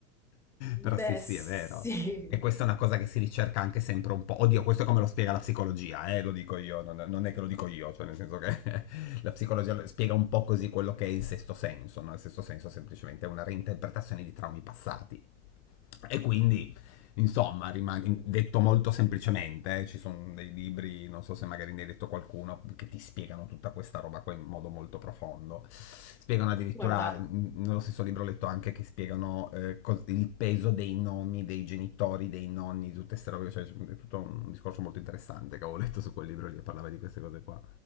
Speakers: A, in the centre; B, on the left.
A: Beh,
B: Però sì, sì,
A: sì.
B: è vero. E questa è una cosa che si ricerca anche sempre un po'. Oddio, questo è come lo spiega la psicologia, eh, lo dico io, non, non è che lo dico io, cioè nel senso che <laughs> la psicologia spiega un po' così quello che è il sesto senso, no? Il sesto senso semplicemente è una reinterpretazione di traumi passati. E quindi, insomma, rimane- detto molto semplicemente, eh, ci sono dei libri, non so se magari ne hai detto qualcuno, che ti spiegano tutta questa roba qua in modo molto profondo. Spiegano
A: <laughs>
B: addirittura,
A: Guarda,
B: mh, nello stesso libro ho letto anche che spiegano eh, cos- il peso dei nomi, dei genitori, dei nonni, di tutte queste robe, cioè è tutto un discorso molto interessante che avevo letto su quel libro lì e parlava di queste cose qua.